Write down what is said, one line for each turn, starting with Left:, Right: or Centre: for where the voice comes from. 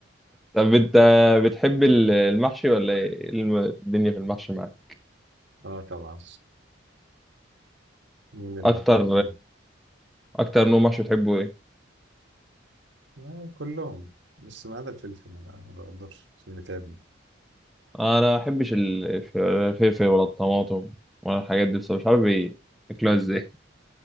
Centre: طب انت بتحب ال- المحشي ولا ايه الم- الدنيا في المحشي معاك
Right: اه طبعا مين اللي
Centre: اكتر
Right: ما بحبش مين؟
Centre: اكتر نوع محشي بتحبه ايه
Right: آه كلهم بس ما عدا الفلفل ما ما بقدرش عشان متعبني
Centre: انا ما بحبش ال- الفلفل ولا الطماطم ولا الحاجات دي بس مش عارف بي- بياكلوها ازاي